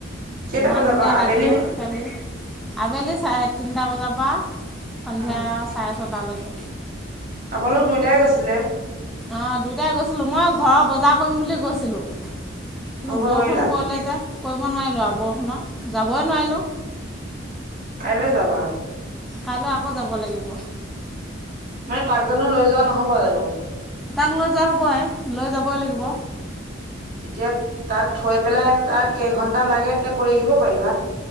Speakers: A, on the right (about 45°); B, in the centre.
A: কেইটা
B: ইমান
A: বজাবা
B: ধুনীয়া
A: আবেলি
B: লাগিলে
A: নে
B: খালি আবেলি চাৰে তিনিটা বজাৰ পৰা সন্ধিয়া
A: উম
B: চাৰে ছটালৈকে।
A: আপোনালোক দুইটাই গৈছিলে।
B: অ দুইটাই গৈছিলো, মই ঘৰৰ বজাৰ কৰিম বুলি গৈছিলো। কিন্তু
A: কৰিব
B: বৰষুণ
A: নোৱাৰিলা
B: পৰিলে যে কৰিব নোৱাৰিলোঁ আৰু বৰষুণত যাবই নোৱাৰিলোঁ।
A: কাইলৈ যাবা?
B: কাইলৈ আকৌ যাব লাগিব।
A: মানে তাক জানো লৈ যোৱা নহ'ব জানো?
B: তাক লৈ যোৱা হ'বই লৈ যাবই লাগিব।
A: অ তেতিয়া তাক থৈ পেলাই তাক কেইঘন্টা লাগে তেতিয়া কৰি আহিব পাৰিবা?